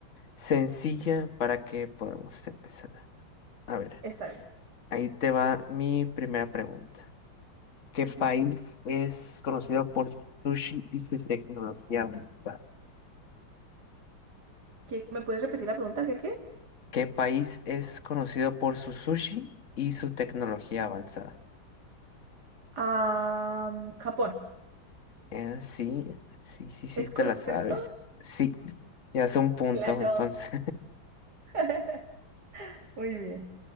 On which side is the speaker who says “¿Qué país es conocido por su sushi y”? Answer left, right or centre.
Left